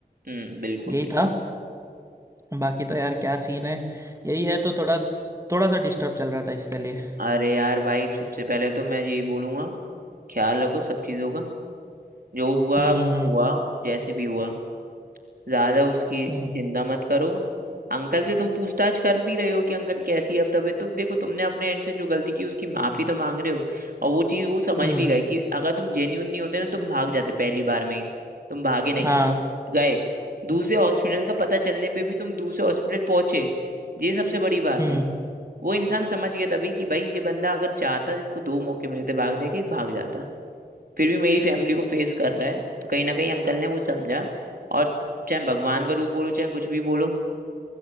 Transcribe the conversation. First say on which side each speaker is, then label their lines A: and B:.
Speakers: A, on the right (about 60°); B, on the right (about 15°).
A: हम्म बिल्कुल
B: यही
A: बिल्कुल
B: था बाकी तो यार क्या सीन है यही है तो थोड़ा थोड़ा सा डिस्टर्ब चल रहा था इसके लिए
A: अरे यार भाई सबसे पहले तो मैं यही बोलूंगा ख्याल रखो सब चीजों का जो हुआ
B: हम्म
A: वो
B: हम्म
A: हुआ जैसे भी हुआ ज्यादा उसकी
B: हम्म
A: चिंता मत करो अंकल से तुम पूछताछ कर भी रहे हो कि अंकल कैसी है अब तबीयत तो देखो तुमने अपने एंड से जो गलती की उसकी माफी तो मांग रहे हो और वो चीज वो समझ
B: हम्म
A: भी गए कि अगर तुम जेन्यून नहीं होते ना तुम भाग जाते पहली बार में ही तुम भागे
B: हम्म,
A: नहीं
B: हाँ
A: तुम गए दूसरे हॉस्पिटल का पता चलने पे भी तुम दूसरे हॉस्पिटल पहुंचे ये सबसे बड़ी बात
B: हम्म
A: है वो इंसान समझ गया तभी कि भाई ये बंदा अगर चाहता इसको दो मौके मिलते भागने के भाग जाता फिर भी मेरी फैमिली को फेस कर रहा है तो कहीं ना कहीं अंकल ने वो समझा और चाहे भगवान का रूप बोलो चाहे कुछ भी बोलो